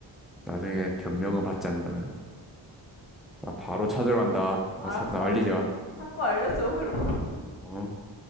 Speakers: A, in the centre; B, on the left.
A: 나중에 변명은 받지 않는다. 나는. 나 바로 찾으러 간다.
B: 알았어.
A: 나 찾, 나 말리지 마.
B: 자꾸 알려줘, 그럼.
A: 어?